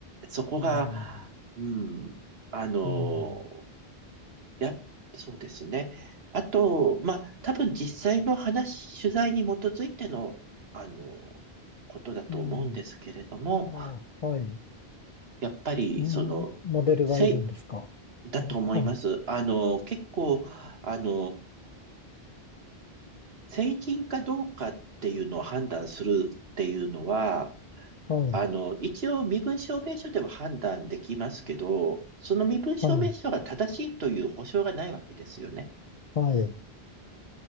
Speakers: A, on the right; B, on the left.
A: そこが、
B: うん、
A: うん、あの、
B: うん、
A: やっ、そうですね。あと、まあ、多分実際の話、取材に基づいての、あの、ことだと思うんですけれども、
B: うん。あ、はい。
A: やっぱり、
B: うん、
A: その、
B: モデルがいるんですか。
A: せい、だと思います。
B: あ、あ
A: あの、結構、あの、成人かどうかっていうのを判断するっていうのは、
B: はい、
A: あの、一応身分証明書では判断できますけど、その身分証明書が正しいという保証がないわけですよね。
B: はい、はい。